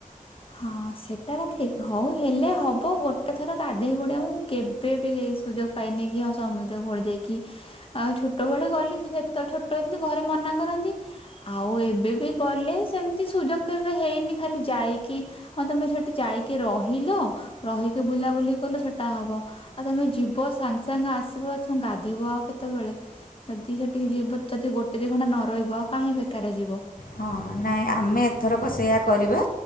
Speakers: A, on the left (about 40°); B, on the left (about 80°).
A: ହଁ ସେଟା ତ ଠିକ ହଉ ହେଲେ ହବ ଗୋଟେ ଥର ଗାଧେଇ ପଡ଼ିଆ ମୁ କେବେ ବି ସୁଯୋଗ ପାଇନକି ଆଉ ସମୁଦ୍ରକୁ କୂଳ ଯାଇକି ଆଉ ଛୋଟ ଭଳି ଗଲି ସେତେ ଛୋଟ ହେଇଥିଲି ଘରେ ମନା କରନ୍ତି ଆଉ ଏବେ ବି ଗଲେ ସେମିତି ସୁଯୋଗ କେବେ ହେଇନି ଖାଲି ଯାଇ କି ହଁ ତମେ ସେଠି ଯାଇକି ରହିଲ ରହିକି ବୁଲାବୁଲି କଲ ସେଟା ହବ ଆଉ ତମେ ଯିବ ସାଙ୍ଗେ ସାଙ୍ଗେ ଆସିବ ଆଉ ତମେ ଗାଧେଇବ ଆଉ କେତେବେଳେ ଯଦି ସେଠିକି ଯିବ ଯଦି ଗୋଟେ ଦି ଖଣ୍ଟା ନ ରହିବ ଆଉ କାହିଁ ବେକାରାରେ ଯିବ
B: ହଁ ନାଇଁ ଆମେ ଏଥରକ ସେୟଆ କରିବା